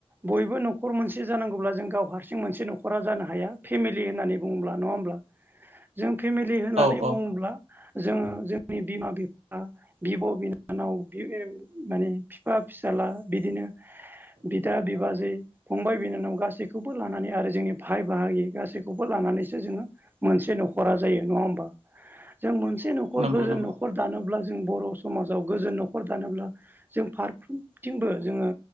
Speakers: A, on the right; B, on the right.
A: बयबो न'खर मोनसे जानांगौब्ला जों गाव हारसिं मोनसे न'खरा जानो हाया फेमिलि होननानै बुङोब्ला नङा होमब्ला? जों फेमिलि होननानै
B: औ औ
A: बुङोब्ला जोङो जों नि बिमा बिफा बिब' बिनानाव बि माने बिफा फिसाला बिदिनो <inaudible> बिदा बिबाजै फंबाय बिनानाव गासैखौबो लानानै आरो जोंनि भाइ बाहागि गासैखौबो लाना नैसो जोङो मोनसे न'खरा जायो नङा होमबा?
B: <inaudible>
A: जों मोनसे न'खर
B: नंगौ
A: गोजोन
B: नंगौ
A: न'खर दानोब्ला जों बर' समाजाव गोजोन न'खर दानोब्ला जों फारफ्रोमथिंबो जोङो